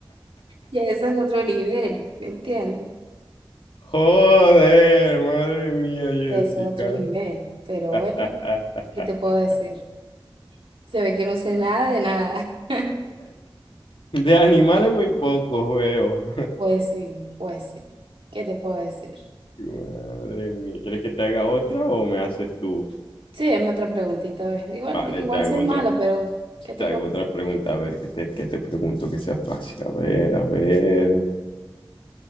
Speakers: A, on the right (about 85°); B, on the left (about 70°).
A: ya ese es otro nivel, ¿entiendes?
B: Joder, madre mía, Jessica.
A: Ya eso es otro nivel, pero
B: <laughs>
A: bueno, ¿qué te puedo decir? Se ve que no sé nada de nada. <laughs>
B: De animales muy pocos veo.
A: Pues sí, pues sí. ¿Qué te puedo decir?
B: Madre mía, ¿quieres que te haga otra o me haces tú?
A: Sí, es otra preguntita, ¿ves? Igual,
B: Vale,
A: igual
B: te hago
A: soy
B: otra,
A: mala, pero ¿qué te
B: te hago
A: puedo
B: otra
A: decir?
B: pregunta, a ver, que te, que te pregunto que sea fácil. A ver, a ver.